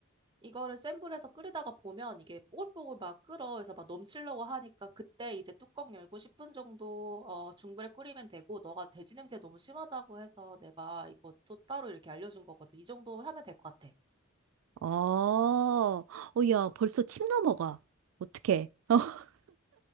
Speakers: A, on the right; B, on the right.
A: 이거를 센 불에서 끓이다가 보면 이게 뽀글뽀글 막 끓어. 그래서 막 넘치려고 하니까 그때 이제 뚜껑 열고 10분 정도 어, 중불에 끓이면 되고 너가 돼지 냄새 너무 심하다고 해서 내가 이거 또 따로 이렇게 알려준 거거든. 이 정도 하면 될 것 같아.
B: 어, 어, 야, 벌써 침 넘어가. 어떡해. <laughs>